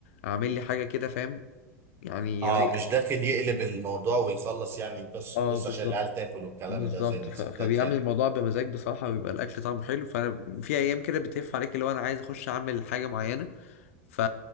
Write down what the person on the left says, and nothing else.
اعمل لي حاجه كده فاهم يعني
رايقة.
اه
بالظبط
بالظبط
ف... فبيعمل
الموضوع بمزاج بصراحة ويبقى الأكل طعمه حلو فأنا في أيام كده بتهف عليك اللي هو أنا عايز أخش أعمل حاجة معينة ف...